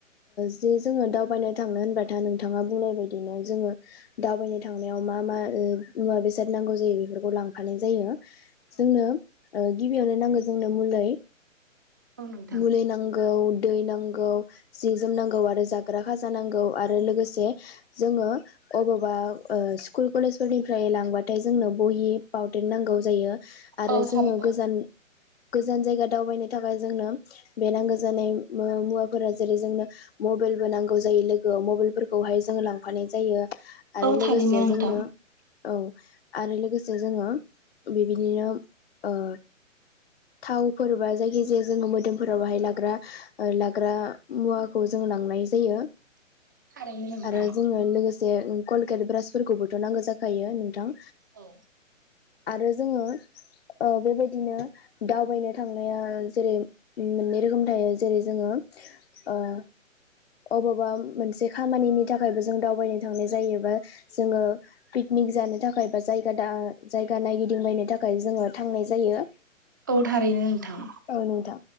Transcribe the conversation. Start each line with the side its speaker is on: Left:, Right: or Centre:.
Left: जि जोङो दावबायनो थांनो होनबाथाय नोंथाङा बुंनाय बायदिनो जोङो दावबायनो थांनायाव मा मा मुवा बेसाद नांगौ जायो बेफोरखौ लांफानाय जायो जोंनो ओ गिबियावनो नांगौ जोंनो मुलि
Right: औ नोंथां
Left: मुलि नांगौ दै नांगौ जि जोम नांगौ आरो जाग्रा खाजा नांगौ आरो लोगोसे जोङो अबावबा ओ स्कुल कलेजफोरनिफ्राय लांबाथाय जोंनो बहि पावटेन नांगौ जायो। आरो
Right: औ
Left: जोङो
Right: थारैनो
Left: गोजान गोजान जायगा दावबायनो थाखाय जोंनो बे नांगो जानाय उम मुवाफोरा जेरै जोंनो मबाइलबो नांगौ जायो लोगोयाव मबाइलफोरखौहाय जोङो लांफानाय जायो। आरो
Right: औ थारैनो
Left: लोगोसे
Right: नोंथां
Left: जोंनो औ आरो लोगोसे जोङो बेबायदिनो ओ थाव फोरबा जाय खिजाया जोङो मोदोमफोराव बाहाय लाग्रा ओ लाग्रा मुवाखौ जों लांनाय जायो।
Right: <inaudible> नोंथां
Left: आरो जोंनो लोगोसे ओ कलगेट ब्रासफोरखौबोथ' नांगौ जाखायो नोंथां।
Right: औ
Left: आरो जोङो ओ बेबायदिनो दावबायनो थांनाया जेरै उम मोननै रोखोम थायो जेरै जोङो ओ अबावबा मोनसे खामानिनि थाखायबो जों दावबायनो थांनाय जायोबा जोङो पिकनिक जानो थाखाय बा जायगा दा जायगा नायगिदिंबायनो थाखाय जोङो थांनाय जायो।
Right: औ थारैनो नोंथां।
Left: औ नोंथां